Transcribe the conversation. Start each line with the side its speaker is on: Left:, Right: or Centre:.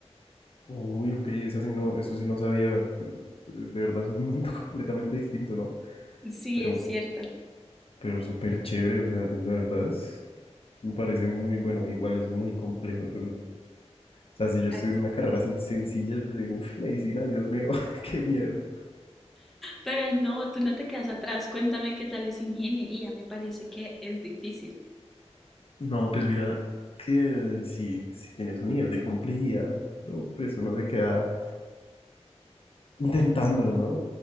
Left: Uy, ok, eso sí no, eso sí no sabía, pues, de verdad es un mundo <laughs> completamente distinto, ¿no?
Centre: Sí,
Left: Pero,
Centre: es cierto.
Left: pero súper chévere, o sea, la verdad es, me parece muy bueno, igual es muy complejo, Yo O sea, si yo
Centre: Así
Left: estuviera en una
Centre: es.
Left: carrera así sencilla, yo digo, uff, medicina, Dios mío, <laughs> qué miedo.
Centre: Pero no, tú no te quedas atrás. Cuéntame qué tal es ingeniería. Me parece que es difícil.
Left: No, pues mira, que sí, sí tienes un nivel de complejidad, pero pues uno se queda intentándolo, ¿no?